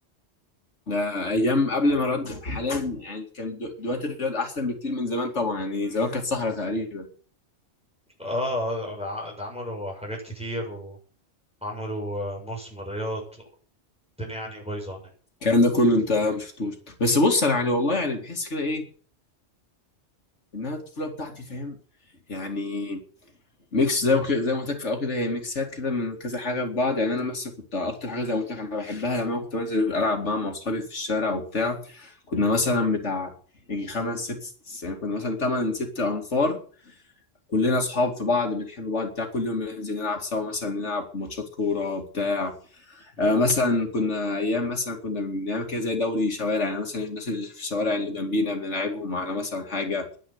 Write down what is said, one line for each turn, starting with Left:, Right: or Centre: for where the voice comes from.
Left: ده ايام قبل ما الرياض حاليا يعني كان دو- دلوقتي الرياض احسن بكتير من زمان طبعا يعني زمان كانت صحراء تقريبا
Centre: اه ده ع- ده عملوا حاجات كتير وعملوا آه، موسم الرياض الدنيا يعني بايظه هناك
Left: الكلام ده كله انت ما شفتوش بس بص انا يعني والله يعني بحس كده ايه ان انا الطفوله بتاعتي فاهم يعني ميكس زي ما كده- زي ما قلت لك في الاول كده هي ميكسات كده من كذا حاجه في بعض يعني انا مثلا كنت اكتر حاجه زي ما قلت لك انا بحبها لما كنت بنزل العب بقى مع اصحابي في الشارع وبتاع كنا
Centre: مم.
Left: مثلا بتاع يجي خمس ست يعني كنا مثلا تمن ست انفار كلنا اصحاب في بعض بنحب بعض بتاع كل يوم بننزل نلعب سوا مثلا نلعب ماتشات كوره بتاع آه مثلا كنا ايام مثلا كنا بنعمل كده زي دوري شوارع يعني مثلا الناس اللي في الشوارع اللي جنبينا بنلعبهم على مثلا حاجه